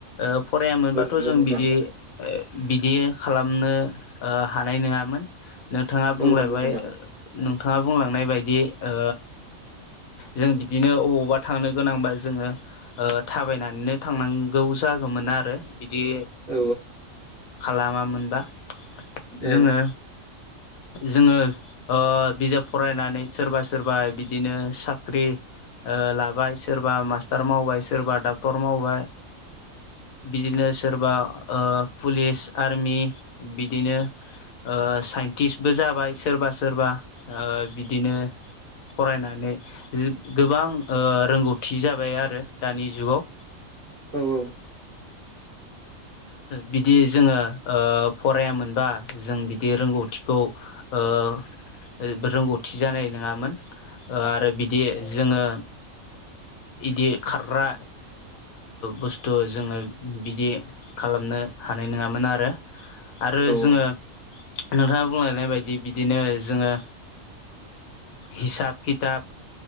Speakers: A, on the left (about 85°); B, on the right (about 40°).
A: ओ फरायामोनबाथ'
B: औ नंगौ
A: जों
B: नोंथां
A: बिदि ओ बिदि खालामनो हानाय नङामोन नोंथाङा बुंलायबाय
B: औ नंगौ नोंथां
A: नोंथाङा बुंलांनाय बायदि ओ जों बिदिनो अबावबा थांनो गोनांबाय जोङो थाबायनानैनो थांनांगौ जागौमोन आरो बिदि
B: औ
A: खालामामोनबा
B: औ
A: जोङो जोङो बिजाब फरायनानै सोरबा सोरबा बिदिनो साख्रि लाबाय सोरबा मास्टार मावबाय सोरबा डाक्टर मावबाय बिदिनो सोरबा पुलिस आर्मि बिदिनो ओ साइन्टिस्टबो जाबाय सोरबा सोरबा ओ बि बिदिनो फरायनानै गोबां ओ रोंगौथि थि जाबाय आरो दानि जुगाव
B: औ
A: बिदि जोङो फरायामोनबा जों बिदि रोंगौथिखौ ओ रोंगौथि जानाय नङामोन आरो बिदि जोङो बिदि खारग्रा बुस्थु जोङो बिदि खालामनो हानाय नङामोन आरो आरो जोङो
B: औ
A: नोंथाङा बुंलायनाय बायदि बिदिनो जोङो हिसाब खिथाब